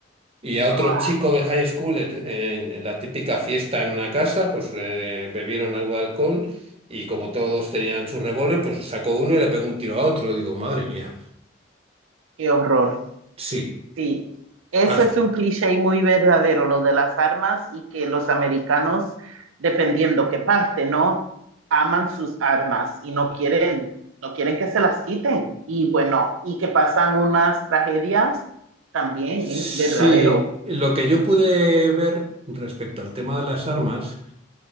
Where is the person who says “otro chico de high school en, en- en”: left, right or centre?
Right